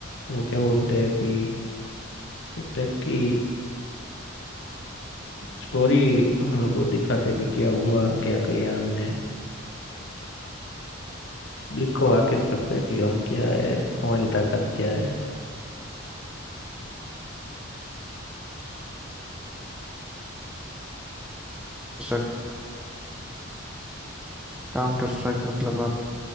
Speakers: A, on the left; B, in the centre.
A: वो क्या बोलते हैं कि एक टाइप की स्टोरी हम लोग को दिखाते हैं कि क्या हुआ क्या किया हमने पब्लिक को वाकिफ करते हैं कि हम क्या है हमारी ताकत क्या है
B: सर काउंटर स्ट्राइक मतलब आप